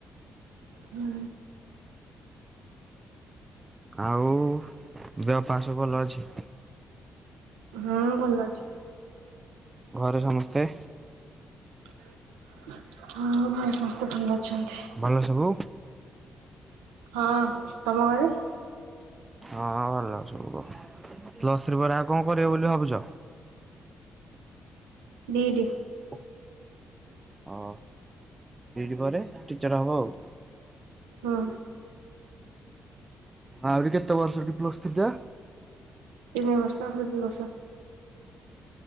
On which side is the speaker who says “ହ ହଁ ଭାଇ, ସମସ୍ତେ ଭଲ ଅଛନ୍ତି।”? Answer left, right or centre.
Right